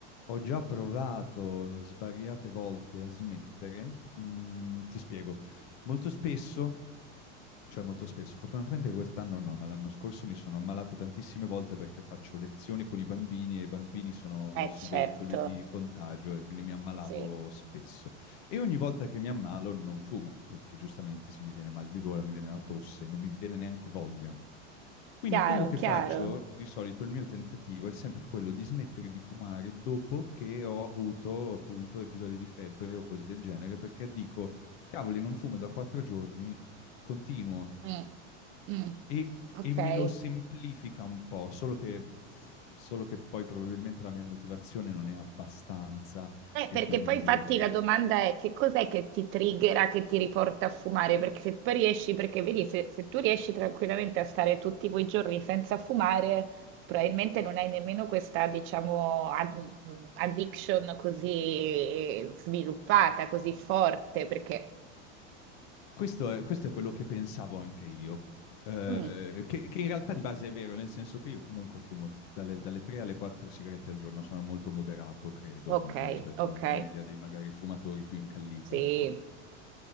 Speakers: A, on the left (about 60°); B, on the right (about 35°).
A: ho già provato svariate volte a smettere. Mm, ti spiego. Molto spesso, cioè molto spesso, fortunatamente quest'anno no, ma l'anno scorso mi sono ammalato tantissime volte perché faccio lezioni con i bambini e i bambini sono grossi
B: eh certo,
A: veicoli di contagio e quindi mi ammalavo
B: sì,
A: spesso. E ogni volta che mi ammalo non fumo, perché giustamente se mi viene mal di gola, mi viene la tosse, non mi viene neanche voglia. Quindi
B: chiaro,
A: quello che
B: chiaro.
A: faccio, di solito il mio tentativo è sempre quello di smettere di fumare dopo che ho avuto appunto episodi di febbre o cose del genere, perché dico, cavoli, non fumo da quattro giorni, continuo
B: Mm, mm,
A: e,
B: ok.
A: e me lo semplifica un po', solo che, solo che poi probabilmente la mia motivazione non è abbastanza
B: Eh,
A: e
B: perché
A: quindi
B: poi infatti la domanda è che cos'è che ti triggera, che ti riporta a fumare? Perché se poi riesci, perché vedi, se, se tu riesci tranquillamente a stare tutti quei giorni senza fumare, probabilmente non hai nemmeno questa, diciamo, ad- mm, addiction così sviluppata, così forte, perché...
A: Questo è, questo è quello che pensavo anche io, eh,
B: Mm,
A: che, che in realtà di base è vero, nel senso che io comunque fumo dalle, dalle 3 alle 4 sigarette al giorno, sono molto moderato, credo,
B: ok,
A: almeno rispetto
B: ok,
A: alla media dei magari fumatori più incalliti,
B: sì.
A: ecco.